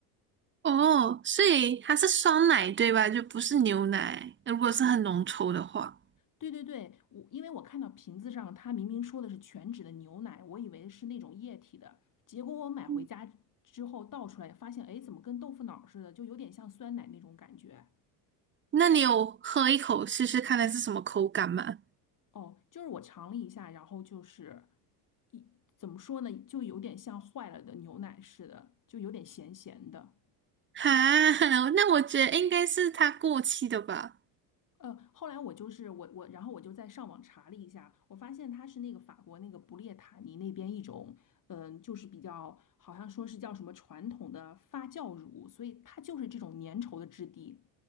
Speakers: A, on the right; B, on the left.
A: 哦，所以它是酸奶对吧？就不是牛奶。如果是很浓稠的话，
B: 对对对，我因为我看到瓶子上它明明说的是全脂的牛奶，我以为是那种液体的，结果我买回家之后倒出来，
A: 嗯
B: 发现哎，诶怎么跟豆腐脑儿似的，就有点像酸奶那种感觉。
A: 那你有喝一口试试看它是什么口感吗？
B: 哦，就是我尝了一下，然后就是怎么说呢，就有点像坏了的牛奶似的，就有点咸咸的。
A: 哈，<laughs> 那我觉得应该是它过期的吧。
B: 呃，后来我就是我我，然后我就在上网查了一下，我发现它是那个法国那个布列塔尼那边一种，嗯、就是比较好像说是叫什么传统的发酵乳，所以它就是这种粘稠的质地，